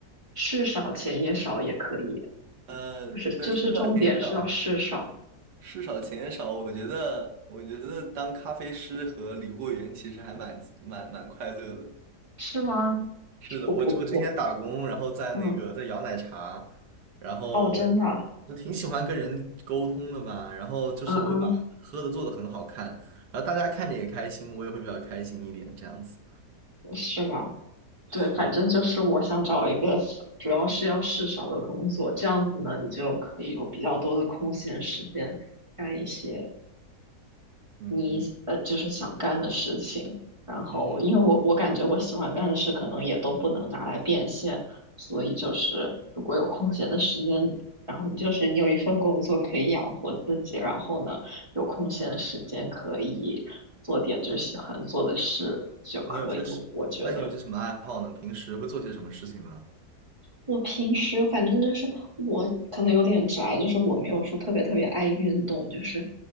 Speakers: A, on the right (about 20°); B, on the right (about 80°).
A: 事少钱也少也可以，
B: 呃，
A: 就是就是重点是要事少，
B: 对，事少钱也少，事少钱也少。我觉得，我觉得当咖啡师和理货员其实还蛮蛮蛮快乐的。
A: 是吗？
B: 是的，
A: 我不我
B: 我我之前打工，然后在那个在摇奶茶，
A: 嗯
B: 然后
A: 哦，真的
B: 我挺喜欢跟人沟通的吧，然后就是我会把喝的做的很好看，
A: 嗯嗯
B: 然后大家看着也开心，我也会比较开心一点，这样子。
A: 是吗？
B: 是的，
A: 对，反正就是我想找一个主要是要事少的工作，这样子呢，你就可以有比较多的空闲时间干一些
B: 嗯
A: 你呃就是想干的事情。然后，
B: 嗯，
A: 因为我我感觉我喜欢干的事可能也都不能拿来变现，所以就是如果有空闲的时间，然后你就是你有一份工作可以养活自己，然后呢有空闲的时间可以做点就是喜欢做的事就可以，
B: 你有些什，
A: 我觉得。
B: 那你有些什么爱好呢？平时会做些什么事情呢？
A: 我平时反正就是我可能有点宅，就是我没有说特别特别爱运动，就是